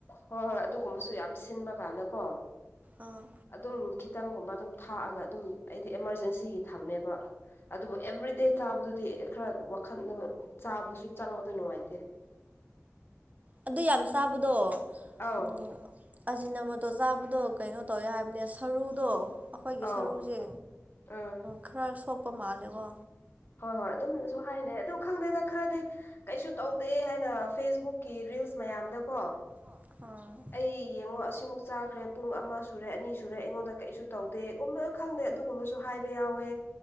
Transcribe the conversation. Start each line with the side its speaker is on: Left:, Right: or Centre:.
Left: ꯍꯣꯏ ꯍꯣꯏ ꯑꯗꯨꯒꯨꯝꯕꯁꯨ ꯌꯥꯝ ꯁꯤꯟꯕ ꯀꯥꯟꯗꯀꯣ
Right: ꯑꯥ
Left: ꯑꯗꯨꯝ ꯈꯤꯇꯪꯒꯨꯝꯕ ꯑꯗꯨꯝ ꯊꯥꯛꯑꯒ ꯑꯗꯨꯝ ꯑꯩꯗꯤ ꯑꯦꯃꯔꯖꯦꯟꯁꯤꯒꯤ ꯊꯝꯃꯦꯕ ꯑꯗꯨꯕꯨ ꯑꯦꯚ꯭ꯔꯤꯗꯦ ꯆꯥꯕꯗꯨꯗꯤ ꯈꯔ ꯋꯥꯈꯟꯗꯣ ꯆꯥꯕꯗꯁꯨ ꯆꯪꯕꯗ ꯅꯨꯡꯉꯥꯏꯇꯦ
Right: ꯑꯗꯨ ꯌꯥꯝ ꯆꯥꯕꯗꯣ
Left: ꯑꯧ
Right: ꯎꯝ ꯑꯖꯤꯅ ꯃꯣꯇꯣ ꯆꯥꯕꯗꯣ ꯀꯩꯅꯣ ꯇꯧꯋꯦ ꯍꯥꯏꯕꯅꯦ ꯁꯔꯨꯗꯣ ꯑꯈꯣꯏꯒꯤ
Left: ꯑꯧ
Right: ꯁꯔꯨꯁꯦ
Left: ꯎꯝ
Right: ꯈꯔ ꯁꯣꯛꯄ ꯃꯥꯜꯂꯦꯀꯣ
Left: ꯍꯣꯏ ꯍꯣꯏ ꯑꯗꯨꯝꯅꯁꯨ ꯍꯥꯏꯅꯩ ꯑꯗꯨ ꯈꯪꯗꯦꯗ ꯈꯔꯗꯤ ꯀꯩꯁꯨ ꯇꯧꯗꯦ ꯍꯥꯏꯅ ꯐꯦꯁꯕꯨꯛꯀꯤ ꯔꯤꯜꯁ ꯃꯌꯥꯝꯗꯀꯣ
Right: ꯑꯥ
Left: ꯑꯩ ꯌꯦꯡꯉꯣ ꯑꯁꯤꯃꯨꯛ ꯆꯥꯈ꯭ꯔꯦ ꯄꯨꯡ ꯑꯃ ꯁꯨꯔꯦ ꯑꯅꯤ ꯁꯨꯔꯦ ꯑꯩꯉꯣꯟꯗ ꯀꯩꯁꯨ ꯇꯧꯗꯦ <unintelligible> ꯈꯪꯗꯦ ꯑꯗꯨꯒꯨꯝꯕꯁꯨ ꯍꯥꯏꯕ ꯌꯥꯎꯋꯦ